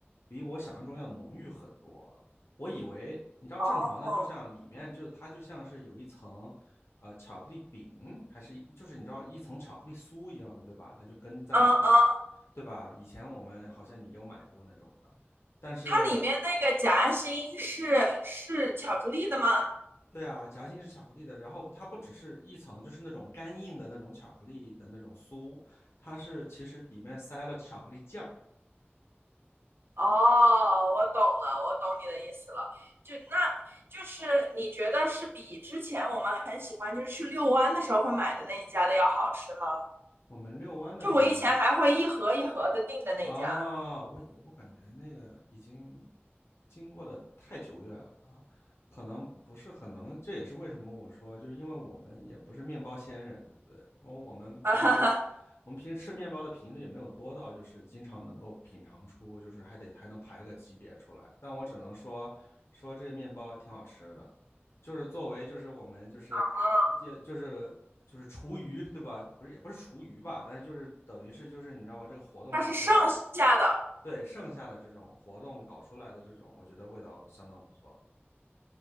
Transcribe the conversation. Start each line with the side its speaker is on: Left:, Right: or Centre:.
Left: 比我想象中要浓郁很多啊我以为你知道正常的，
Right: 哦，
Left: 就像里面就是它就像是有一层呃巧克力饼，还是一就是你知道一层巧克力酥一样的，对吧？它就跟在里面，
Right: 嗯嗯，
Left: 对吧？以前我们好像你给我买过那种的。但是
Right: 它里面那个夹心是是巧克力的吗？
Left: 对啊，夹心是巧克力的，然后它不只是一层，就是那种干硬的那种巧克力的那种酥，它是其实里面塞了巧克力酱。
Right: 哦，我懂了，我懂你的意思了。就那就是你觉得是比之前我们很喜欢，就是去遛弯的时候会买的那一家的要好吃吗？
Left: 我们遛弯的时候买的是
Right: 就我以前还会一盒一盒的订的那家，
Left: 啊，我我感觉那个已经经过的太久远了啊可能不是很能，这也是为什么我说，就是因为我们也不是面包仙人，对不对？然后我们平时
Right: 啊哈哈，
Left: 我们平时吃面包的频率也没有多到，就是经常能够品尝出，就是还得还能排个级别出来。但我只能说说这个面包挺好吃的就是作为就是我们就是
Right: 啊，
Left: 就就是就是厨余对吧？不是也不是厨余吧，但是就是等于是就是你知道吧？这个活动搞下来，
Right: 它是上下的。
Left: 对剩下的这种活动搞出来的这种，我觉得味道相当不错。